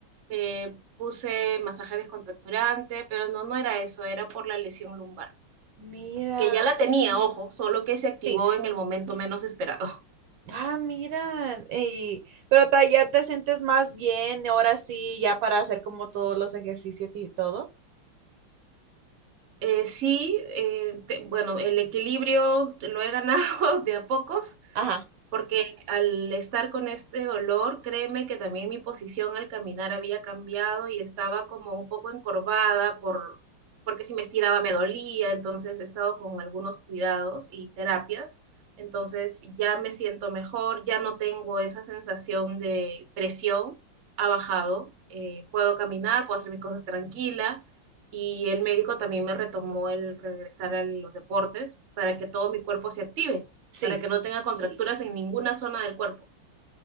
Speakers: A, on the right (about 50°); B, on the right (about 70°).
A: eh, puse masaje descontracturante, pero no, no era eso, era por la lesión lumbar,
B: Mira,
A: que ya la tenía, ojo, solo que se activó
B: sí, sí.
A: en el momento menos esperado.
B: Ah, mira, y- pero ta- ya te sientes más bien, ahora sí, ya para hacer como todos los ejercicios y todo.
A: Eh, sí, eh, te- bueno, el equilibrio lo he ganado <laughs> de a pocos,
B: Ajá,
A: porque al estar con este dolor, créeme que también mi posición al caminar había cambiado y estaba como un poco encorvada por, porque si me estiraba me dolía, entonces he estado con algunos cuidados y terapias, entonces ya me siento mejor, ya no tengo esa sensación de presión, ha bajado, eh, puedo caminar, puedo hacer mis cosas tranquila. Y el médico también me retomó el regresar a los deportes para que todo mi cuerpo se active
B: sí.
A: para que no tenga contracturas en ninguna zona del cuerpo.